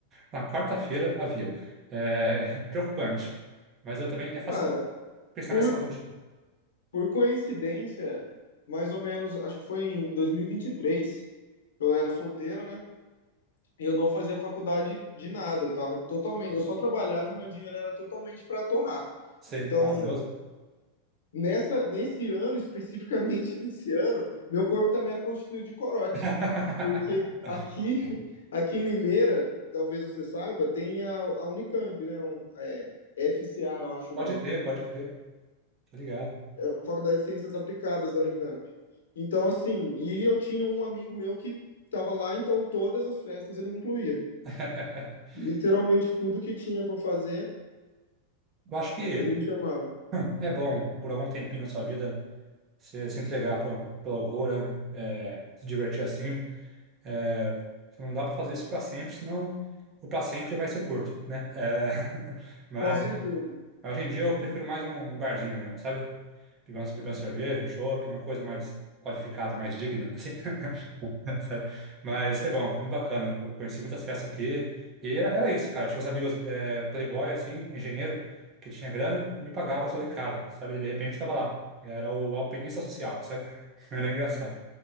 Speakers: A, on the right (about 30°); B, on the left (about 65°).
A: Na quarta-feira havia. É, preocupante. Mas eu também, é fácil
B: Cara,
A: pensar
B: por,
A: na minha saúde.
B: por coincidência, mais ou menos, acho que foi em dois mil e e vinte e três. eu era solteiro, né? E eu não fazia faculdade de nada, eu tava totalmente, eu só trabalhava e meu dinheiro era totalmente para torrar.
A: Sei,
B: Então,
A: maravilhoso.
B: nessa, nesse ano, especificamente <laughs> nesse ano, meu corpo também era constituído de corote,
A: <laughs>
B: porque aqui, <laughs> aqui em Limeira, talvez você saiba, tem a, a Unicamp, né? Um, é, FCA, eu acho
A: Pode
B: o nome
A: crer, pode crer. Tô ligado.
B: a Faculdade de Ciências Aplicadas da Unicamp. Então, assim, e eu tinha um amigo meu que estava lá, então todas as festas ele me incluía.
A: <laughs>
B: Literalmente tudo que tinha para fazer,
A: Eu acho que
B: ele me chamava.
A: é bom, por algum tempinho na sua vida, você se entregar pra, pela loucura, é, se divertir assim. É, não dá para fazer isso para sempre, senão o para sempre vai ser curto, né? É, <laughs> mas
B: Com certeza.
A: hoje em dia eu prefiro mais um um barzinho mesmo, sabe? Beber uma, beber uma cerveja, um chopp, uma coisa mais qualificada, mais digna, assim, <laughs> sabe? Mas foi bom, foi muito bacana. Eu conheci muitas festas aqui e era, era isso, cara. Tinha uns amigos é, playboy, assim, engenheiro, que tinha grana e me pagava só de caro, sabe? E de repente estava lá. Era o alpinista social, sabe? <laughs> Era engraçado.